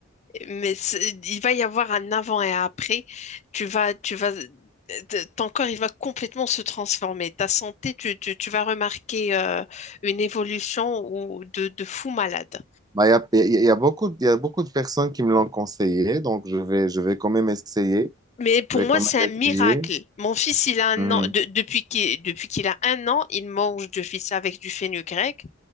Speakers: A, on the left; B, on the right.
A: Mais c'est- il va y avoir un avant et un après. Tu vas, tu vas, euh, t- ton corps, il va complètement se transformer. Ta santé, tu, tu- tu vas remarquer euh, une évolution ou de, de fou malade.
B: Bah, Il y a, il y a il y a beaucoup, de- il y a beaucoup de personnes qui me l'ont conseillé, donc je vais, je vais quand même essayer.
A: Mais pour
B: Je vais
A: moi,
B: quand même
A: c'est un miracle.
B: essayer.
A: Mon fils, il a un
B: Mmh.
A: an, de- depuis qu'il, depuis qu'il a un an, il mange du fils avec du fenugrec.